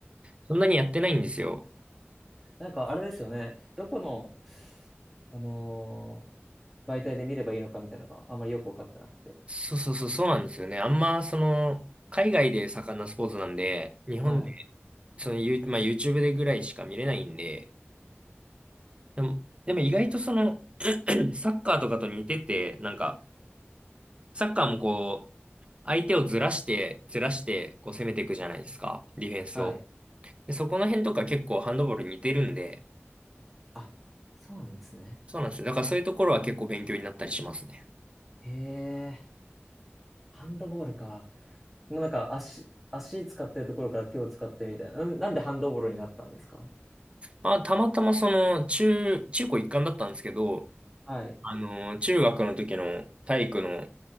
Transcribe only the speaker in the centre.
なんかあれですよね。どこの、あのー媒体で見ればいいのかみたいなのがあまりよくわかってなくて。
はい。
はい。
あ、そうなんですね。
へえ、ハンドボールか。もうなんか足、足使ってるところから手を使ってみたいな。な、なんでハンドボールになったんですか
はい。